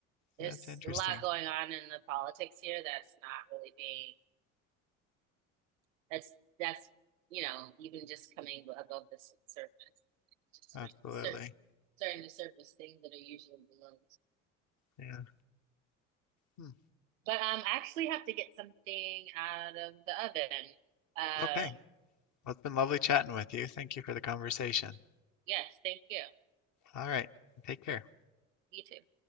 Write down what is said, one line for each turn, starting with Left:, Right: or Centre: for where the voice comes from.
Right: there's
Left: Yeah, it's interesting.
Right: a lot going on in the politics here that's not really being, that's, that's, you know, even just coming above the surface, just
Left: Absolutely.
Right: sur- starting to surface things that are usually below.
Left: Yeah. Hmm.
Right: But um, I actually have to get something out of the oven. Um,
Left: Okay. Well, it's been lovely chatting with you. Thank you for the conversation.
Right: yes, thank you.
Left: All right. Take care.
Right: You too.